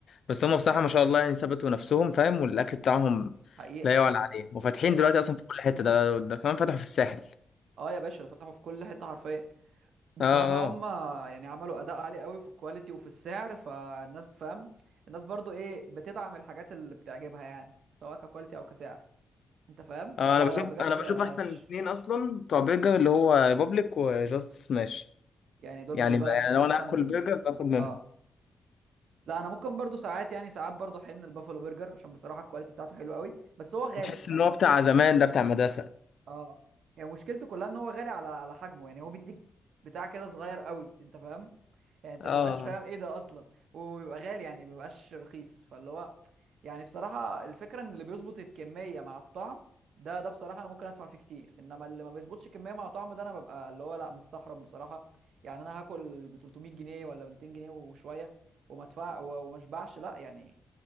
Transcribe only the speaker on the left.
بس هم بصراحه ما شاء الله يعني ثبتوا نفسهم فاهم والاكل بتاعهم
لا يعلى عليه وفاتحين
دلوقتي
اصلا في كل حته ده ده كمان فتحوا في الساحل
اه اه
آه، انا بشوف
انا بشوف
احسن اتنين اصلا بتوع برجر اللي هو بابليك وجاست سماش
يعني
ما-
يعني لو
انا هاكل برجر باخد منهم
تحس
ان هو بتاع زمان ده بتاع مدرسه
اه